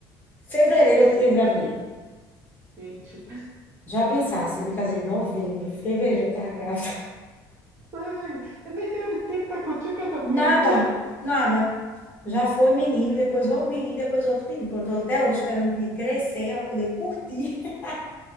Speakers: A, on the left; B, on the right.
A: Fevereiro eu engravidei.
B: Gente.
A: Já pensasse, eu me casei em novembro, fevereiro eu tava grávida.
B: Ai, nem teve tempo para curtir o casamento.
A: Nada, nada. Já foi menino, depois outro menino, depois outro menino. Pronto, eu tô até hoje esperando o menino crescer pra poder curtir. <laughs>